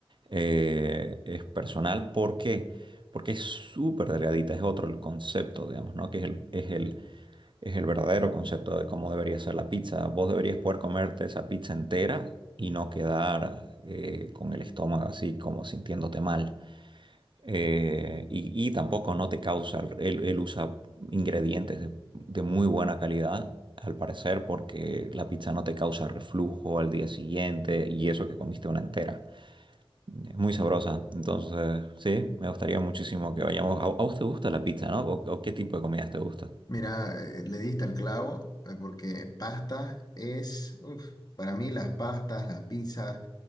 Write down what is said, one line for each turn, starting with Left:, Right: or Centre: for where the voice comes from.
Right: Eh, es personal, ¿por qué? Porque es súper delgadita, es otro el concepto, digamos, ¿no? Que es el, es el, es el verdadero concepto de cómo debería ser la pizza. Vos deberías poder comerte esa pizza entera y no quedar eh, con el estómago así como sintiéndote mal eh, y, y tampoco no te causa, él, él usa ingredientes de, de muy buena calidad, al parecer, porque la pizza no te causa reflujo al día siguiente y eso que comiste una entera. Es muy sabrosa, entonces sí, me gustaría muchísimo que vayamos. ¿A, a vos te gusta la pizza, no? ¿O, o qué tipo de comidas te gusta?
Left: Mira, eh, le diste al clavo eh, porque pastas es, uf, para mí las pastas, las pizzas